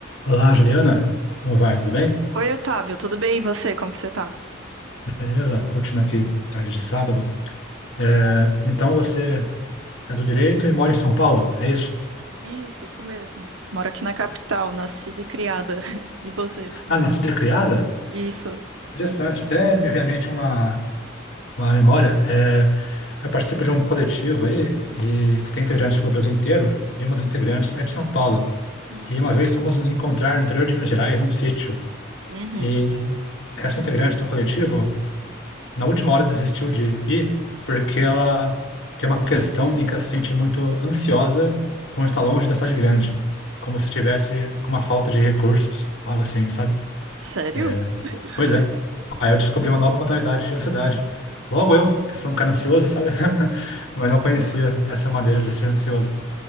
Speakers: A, on the left (about 65°); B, on the right (about 80°).
A: Olá, Juliana. Como vai? Tudo bem?
B: Oi, Otávio, tudo bem? E você? Como que você tá?
A: Beleza? Curtindo aqui, tarde de sábado. É, então você é do direito e mora em São Paulo, é isso?
B: Isso, isso mesmo. Moro aqui na capital, nascida e criada. <laughs> E você?
A: Ah, nascida e criada?
B: Isso.
A: Interessante. Até me vem à mente uma, uma memória. É, eu participo de um coletivo aí e que tem integrantes pelo Brasil inteiro e uma das integrantes é de São Paulo.
B: Hum,
A: E uma vez fomos nos encontrar no interior de Minas Gerais, num sítio.
B: uhum.
A: E essa integrante do coletivo na última hora desistiu de ir porque ela tem uma questão em que ela se sente muito ansiosa quando está longe da cidade grande, como se tivesse com uma falta de recursos, algo assim, sabe?
B: Sério?
A: É,
B: <laughs>
A: Pois é. Aí eu descobri uma nova modalidade de ansiedade. Logo eu, que sou um cara ansioso, sabe? <laughs> Mas não conhecia essa maneira de ser ansioso.